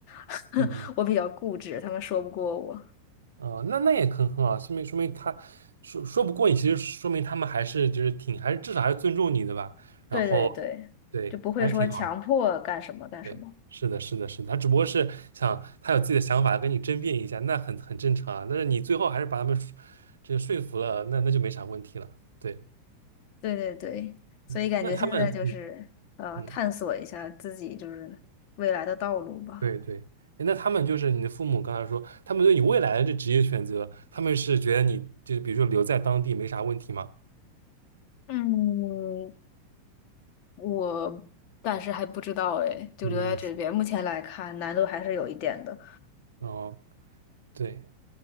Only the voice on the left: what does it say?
<laughs>
我比较固执，他们说不过我。
对对对，
就不会说强迫干什么干什么。
对对对，所以感觉现在就是呃，
探索一下自己就是未来的道路吧。
嗯，我暂时还不知道哎，就留在这边。
目前来看，难度还是有一点的。